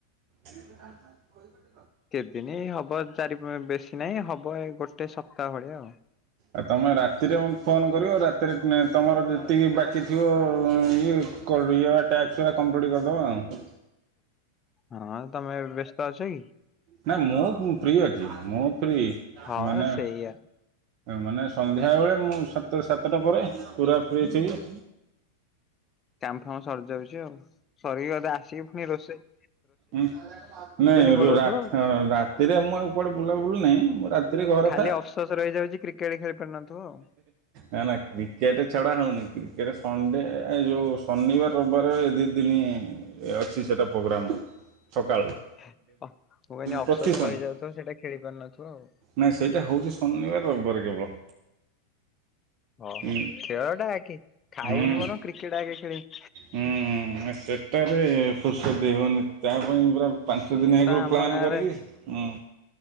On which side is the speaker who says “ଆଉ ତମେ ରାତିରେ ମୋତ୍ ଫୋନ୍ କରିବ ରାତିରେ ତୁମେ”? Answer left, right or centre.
Right